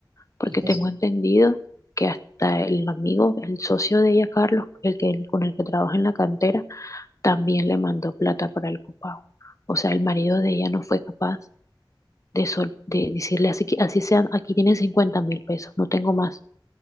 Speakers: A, on the left (about 40°); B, on the right (about 50°).
A: porque
B: es que
A: tengo
B: eso,
A: entendido que hasta el amigo, el socio de ella, Carlos, el que, con el que trabaja en la cantera, también le mandó plata para el copago. O sea, el marido de ella no fue capaz de, sol- de decirle, así, que- así sean, aquí tienen cincuenta mil pesos, no tengo más,